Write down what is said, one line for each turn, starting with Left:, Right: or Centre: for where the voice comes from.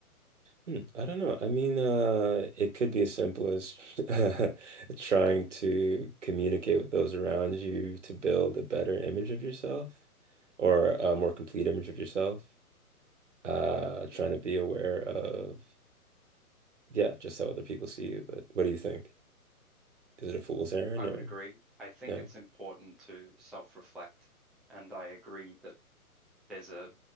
Right: Hmm, I don't know. I mean, uh, it could be as simple as <laughs> trying to communicate with those around you to build a better image of yourself or a more complete image of yourself. Uh,
Centre: Yeah.
Right: trying to be aware of Yeah, just so other people see you. But what do you think? Is it a fool's errand
Centre: I
Right: or
Centre: would agree. I think
Right: yeah?
Centre: it's important to self-reflect, and I agree that there's a